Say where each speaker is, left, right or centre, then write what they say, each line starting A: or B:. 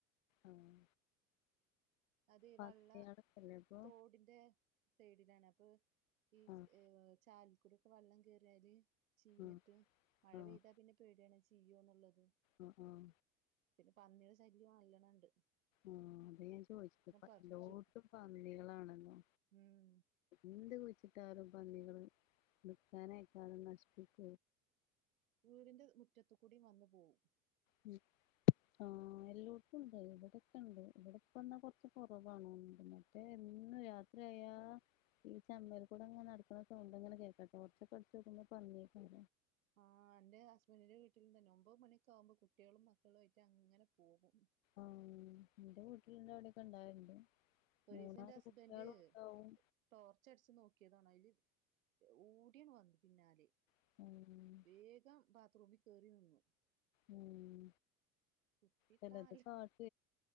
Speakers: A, on the left (about 60°); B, on the right (about 65°).
A: ആഹ്
B: അതീ
A: പച്ചയാടൊക്കെല്ലേ
B: വള്ള
A: അപ്പൊ
B: തോടിന്റെ സൈഡിലാണ് അപ്പൊ ഈ
A: ആഹ്
B: ഏഹ് ചാലിക്കുടി വെള്ളം കയറിയാല് ചീഞ്ഞിട്ട്
A: ആഹ്
B: മഴ
A: ആഹ്
B: പെയ്താ പിന്നെ പേടിയാണ് ചെയീ്യോന്നുള്ളത്
A: ആഹ് ആഹ്
B: പിന്നെ പന്നിയുടെ ശല്യവും അല്ലണം ഉണ്ട്
A: ആഹ് അത് ഞാൻ ചോദിച്ചിത് ഇപ്പ
B: പറിച്ചു
A: എല്ലോട്ടും പന്നികളാണല്ലോ
B: ഉം
A: എന്ത് കുഴിച്ചിട്ടാലും പന്നികള് നിൽക്കാനേക്കാലും നശിപ്പിക്ക
B: വീടിന്റെ മുറ്റത്ത കൂടി വന്നു പോകവും
A: ഉം ആഹ് എല്ലോടത്തും ഉണ്ട് ഇവിടെക്കെ ഉണ്ട് ഇവിടെപ്പ വന്നാ കൊറച്ച കുറവ്ണണ്ട് ഏയ് എന്നും യാത്രയ ഈ ചമ്മൽ കൂടെ അങ്ങന നടക്കുന്ന ചോണ്ടങ്ങനെ കേൾക്കട്ടെറച്ചക്കെ അടച്ച്നക്കുന്ന പറഞ്ഞേക്ക
B: ആഹ് എന്റെ ഹസ്ബൻഡന്റെ വീട്ടിൽന്ന് തന്നെ ഒൻമ്പത് മണിക്ക ആവുമ്പോ കുട്ടികളും മക്കളും ആയിട്ട് അങ്ങനെ പോകും
A: ആഹ് എന്റെ വീട്ടിലന്റെ അവിടെൊക്കെ ഉണ്ടായിണ്ട്
B: ഒരീസം
A: മൂന്നാമല്
B: എന്റെ ഹസ്ബൻഡ്
A: കുട്ടികളും ഒണ്ടാവും
B: ടോർച്ച് അടിച്ച്ു നോക്കിയതാണോ അതില് ഓടിയാണ് വന്ന പിന്നാലെ
A: ഉം
B: വേഗം ബാത്റൂമിൽ കയറി നിന്നു
A: ഉം
B: കുത്തിട്ടാൽ
A: ചലത് കാട്ട